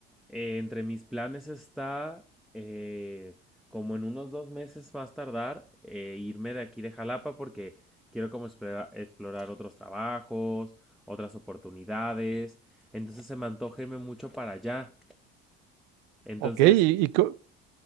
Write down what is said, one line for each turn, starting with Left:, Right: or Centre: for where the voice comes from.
Centre: eh, entre mis planes está, eh, como en unos dos meses más tardar, eh, irme de aquí de Jalapa porque quiero como explora- explorar otros trabajos, otras oportunidades. Entonces se me antoja irme mucho para allá. Entonces,
Right: Ok, ¿y, y cu-